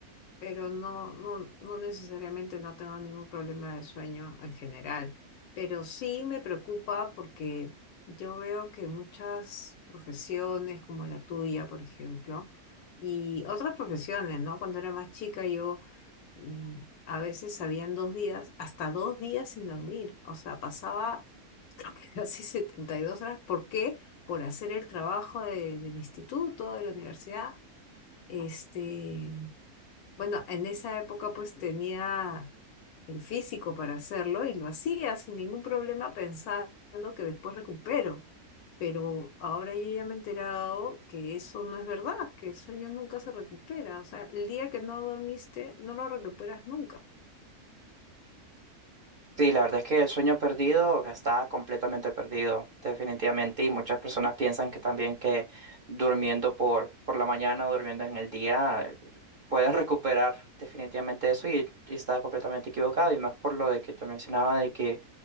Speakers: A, on the left (about 80°); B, on the right (about 45°).
A: pero no, no, no necesariamente no tengo ningún problema de sueño en general, pero sí me preocupa porque yo veo que muchas profesiones como la tuya, por ejemplo, y otras profesiones, ¿no? Cuando era más chica yo mm, a veces habían dos días, hasta dos días sin dormir. O sea, pasaba <laughs> casi 72 horas. ¿Por qué? Por hacer el trabajo de- del instituto, de la universidad. Este, bueno, en esa época pues tenía el físico para hacerlo y lo hacía sin ningún problema pensando que después recupero. Pero ahora yo ya me he enterado que eso no es verdad, que el sueño nunca se recupera. O sea, el día que no dormiste, no lo recuperas nunca.
B: Sí, la verdad es que el sueño perdido está completamente perdido, definitivamente, y muchas personas piensan que también que durmiendo por, por la mañana o durmiendo en el día eh, pueden <laughs> recuperar definitivamente eso y, y está completamente equivocado, y más por lo de que te mencionaba de que